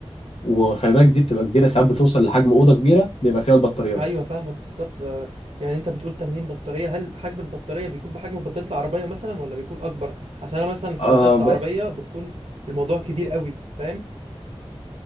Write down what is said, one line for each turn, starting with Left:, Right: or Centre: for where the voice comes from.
Left: وخلي بالك دي بتبقى كبيره ساعات بتوصل لحجم اوضه كبيره بيبقى فيها البطاريات
Right: ايوه فاهمك بالظبط اه، يعني انت بتقول 80 بطارية هل حجم البطارية بيكون بحجم بطارية العربية مثلا ولا بيكون اكبر عشان انا مثلا في
Left: اه
Right: بطارية العربية
Left: ب-
Right: بتكون الموضوع كبير قوي فاهم